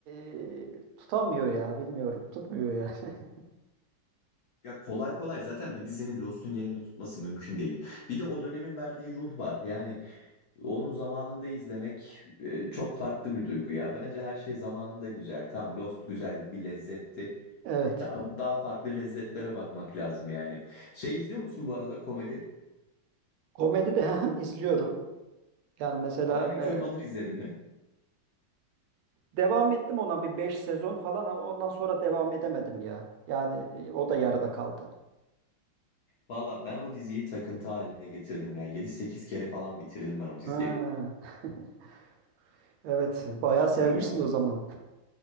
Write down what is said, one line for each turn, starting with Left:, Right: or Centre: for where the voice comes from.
Right: e, tutamıyor ya bilmiyorum tutmuyor yani. <laughs>
Left: ya kolay kolay zaten bir dizinin Lost'un yerini tutması mümkün değil. Bir de o dönemin verdiği ruh var. Yani onu zamanında izlemek e, çok farklı bir duygu ya. Bence her şey zamanında güzel. Tamam Lost güzel bir lezzetti.
Right: Evet
Left: E, tamam daha farklı lezzetlere bakmak lazım yani. Şey izliyor musun bu arada komedi?
Right: komedi de <laughs> izliyorum yani mesela
Left: How I Met
Right: e,
Left: Your Mother izledin mi?
Right: Devam ettim ona bir 5 sezon falan ama ondan sonra devam edemedim ya. Yani e, o da yarıda kaldı.
Left: Valla ben o diziyi takıntı haline getirdim ya. Yedi sekiz kere falan bitirdim ben o diziyi.
Right: Ha, <laughs> evet bayağı
Left: Aşırı
Right: sevmişsin
Left: iyi ama.
Right: o zaman.